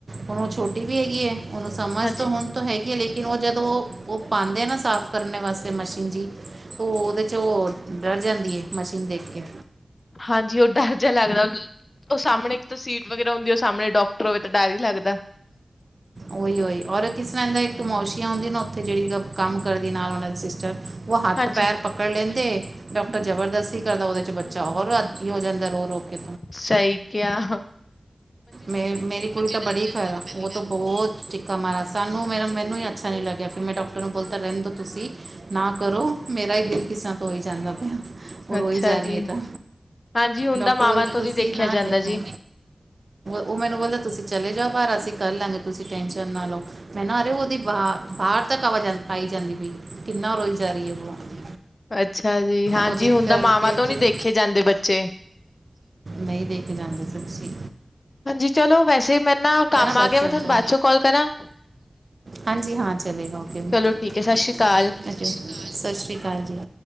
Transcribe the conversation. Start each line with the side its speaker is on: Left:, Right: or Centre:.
Right: ਹੁਣ ਉਹ ਛੋਟੀ ਵੀ ਹੈਗੀ ਹੈ, ਉਹਨੂੰ ਸਮਝ
Left: ਹਾਂਜੀ,
Right: ਤਾਂ ਹੁਣ ਤਾਂ ਹੈਗੀ ਹੈ, ਲੇਕਿਨ ਕਿਓਂ ਉਹ ਜਦੋਂ ਉਹ ਪਾਉਂਦੇ ਨਾ ਸਾਫ਼ ਕਰਨ ਵਾਸਤੇ ਮਸ਼ੀਨ ਜੀ ਔ ਉਹਦੇ ਚ ਉਹ ਡਰ ਜਾਂਦੀ ਹੈ ਮਸ਼ੀਨ ਦੇਖ ਕੇ
Left: ਹਾਂਜੀ ਉਹ ਡਰ ਜਿਹਾ ਲੱਗਦਾ ਉਹ ਸਾਹਮਣੇ ਇੱਕ ਤਾਂ ਸੀਟ ਵਗੈਰਾ ਹੁੰਦੀ ਏ, ਉਹ ਸਾਹਮਣੇ ਡਾਕਟਰ ਹੋਵੇ ਤਾਂ ਡਰ ਹੀ ਲੱਗਦਾ।
Right: ਔਹੀ ਔਹੀ ਔਰ ਕਿਸ ਤਰ੍ਹਾਂ ਇੱਕ ਮੋਸ਼ੀ ਹੁੰਦੀ ਨਾ, ਉੱਥੇ ਜਿਹੜੀ ਕੰਮ ਕਰਦੀ ਨਾਲ ਉਹਨਾਂ ਦੇ ਸਿਸਟਰ ਉਹ ਹੱਥ-
Left: ਹਾਂਜੀ,
Right: ਪੈਰ ਪੱਕੜ ਪਕੜ ਲੈਂਦੇ, ਡਾਕਟਰ ਜਬਰਦਸਤੀ ਕਰਦਾ, ਉਹਦੇ ਚ ਬੱਚਾ ਹੋਰ ਹੋ ਜਾਂਦਾ ਰੋ ਰੋ ਕੇ
Left: ਸਹੀ ਕਹਿਆ।
Right: ਮੇ ਮੇਰੀ ਕੁੜੀ ਤਾਂ ਬੜੀ, ਖ਼ਰਾਬ ਉਹ ਤਾਂ ਬਹੁਤ ਚਿੱਕਾ ਮਾਰਾ, ਸਾਨੂੰ ਮੇਰਾ ਮੈਨੂੰ ਹੀ ਅੱਛਾ ਨੀ ਲੱਗਿਆ, ਫਿਰ ਮੈਂ ਡਾਕਟਰ ਨੂੰ ਬੋਲਤਾ ਰਹਿੰਦਾ ਤੁਸੀ ਨਾ ਕਰੋ, ਮੇਰਾ ਹੀ ਦਿਲ ਕਿਸਾਂ ਤਾਂ ਹੋਈ ਜਾਂਦਾ ਪਿਆ। ਉਹ ਰੋਈ
Left: ਅੱਛਾ
Right: ਜਾ
Left: ਜੀ,
Right: ਰਹੀ ਹੈ ਤਾਂ,
Left: ਹਾਂਜੀ ਹੁਣ
Right: ਡਾਕਟਰ
Left: ਤਾਂ ਮਾਵਾਂ
Right: ਬੋਲੇ
Left: ਤੋਂ
Right: ਤੁਸੀਂ
Left: ਨੀ ਦੇਖਿਆ
Right: ਨਾ
Left: ਜਾਂਦਾ
Right: ਦੇਖੋ
Left: ਜੀ।
Right: ਉਹ ਮੈਨੂੰ ਬੋਲਦਾ, ਤੁਸੀਂ ਚਲੇ ਜਾਓ ਬਾਹਰ, ਅਸੀਂ ਕਰ ਲਾਂਗੇ, ਤੁਸੀਂ ਟੈਨਸ਼ਨ ਨਾ ਲੋ। ਮੈਂ ਨਾ ਅਰੇ, ਉਹਦੀ ਬਾਹ ਬਾਹਰ ਤੱਕ ਆਵਾਜ ਆਈ ਜਾਂਦੀ ਪਈ। ਕਿੰਨਾ ਰੋਈ ਜਾ ਰਹੀ ਹੈ ਉਹ
Left: ਅੱਛਾ ਜੀ, ਹਾਂਜੀ
Right: ਉਹਦੇ
Left: ਹੁਣ
Right: ਕਰਕੇ
Left: ਤਾਂ ਮਾਵਾਂ ਤੋਂ ਨੀ
Right: ਫਿਰ
Left: ਦੇਖੇ ਜਾਂਦੇ ਬੱਚੇ
Right: ਨਹੀਂ ਦੇ ਕੇ ਜਾਂਦੇ ਸੀ ਤੁਸੀਂ।
Left: ਹਾਂਜੀ। ਚਲੋ ਵੈਸੇ ਮੇਰੇ ਨਾ ਕੰਮ
Right: ਬੱਚਿਆਂ
Left: ਆ ਗਿਆ ਮੈਂ ਤੁਹਾਨੂੰ
Right: ਤੋਂ
Left: ਬਾਅਦ ਚੋਂ ਕਾਲ ਕਰਾਂ।
Right: ਹਾਂਜੀ। ਹਾਂ ਚਲੇਗਾ ਓਕੇ,
Left: ਚਲੋ ਠੀਕ ਐ, ਸਤਿ ਸ਼੍ਰੀ ਅਕਾਲ।
Right: ਸਤਿ ਸ਼੍ਰੀ ਅਕਾਲ ਜੀ।